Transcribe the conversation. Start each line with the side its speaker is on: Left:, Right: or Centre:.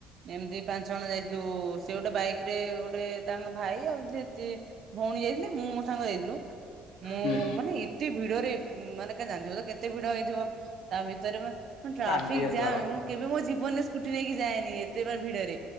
Right: ଏମ୍ତି ପାଞ୍ଚ ଯାଇଥିଲୁ ସେ ଗୋଟେ ବାଇକ୍ ରେ ଗୋଟେ ତାଙ୍କ ଭାଇ ଆଉ ସେ <unintelligible> ଭଉଣୀ ଯାଇଥିଲେ ମୁଁ ମୋ ସାଙ୍ଗ ଯାଇଥିଲୁ, ମୁଁ
Left: ହୁଁ
Right: ମାନେ ଏ <unintelligible> ଭିଡରେ ମାନେ କା ଜାଣିଥିବ ତ କେତେ କେତେ ଭିଡ ହେଇଥିବ, ତା ଭିତରେ ବା ଟ୍ରାଫିକ
Left: ବାଲିଯାତ୍ରା
Right: ଜାମେ।
Left: ବା
Right: କେବେ ମୋ ଜୀବନରେ ସ୍କୁଟି ନେଇକି ଯାଏନି ଏତେ <unintelligible> ଭିଡରେ